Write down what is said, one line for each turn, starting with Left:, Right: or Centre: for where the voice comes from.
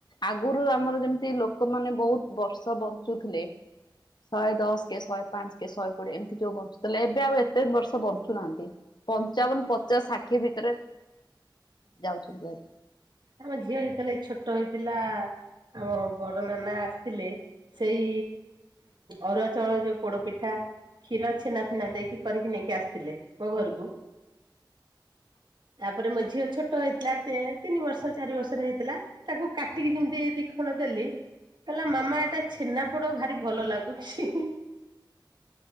Left: ଆଗରୁ ଆମର ଯେମିତି ଲୋକମାନେ ବହୁତ ବର୍ଷ ବଞ୍ଚୁଥିଲେ। ଶହେ ଦଶ କେ ଶହେ ପାଞ୍ଚ କେ ଶହେ କୋଡିଏ ଏମିତି ଯୋଉ ବଞ୍ଚୁ। ଏବେ ଆଉ ଏତେ ବର୍ଷ ବଞ୍ଚୁନାହାନ୍ତି ପଞ୍ଚାବନ ପଚାଶ ଷାଠିଏ ଭିତରେ। ଯାଉଛନ୍ତି ଆ।
Right: ଆମ ଝିଅ ଯେତେବେଳେ ଛୋଟ ହେଇଥିଲା। ଆମ ବଡ ନାନା ଆସିଥିଲେ ସେଇ ଅରୁଆ ଚାଉଳ ଯୋଉ ପୋଡ ପିଠା। କ୍ଷୀର ଛେନା ଫିନା ଦେଇକି କରିକି ନେଇକି ଆସିଥିଲେ ମୋ ଘରକୁ। ତାପରେ ମୋ ଝିଅ ଛୋଟ ହେଇଥିଲା ତ। ତିନି ବର୍ଷ ଚାରି ବର୍ଷର ହେଇଥିଲା ତାକୁ କାଟିକି ଯେମିତି ଦି ଖଣ ଦେଲି।। କହିଲା ମାମା ଏଟା ଛେନା ପୋଡ ଭାରି ଭଲ ଲାଗୁଛି।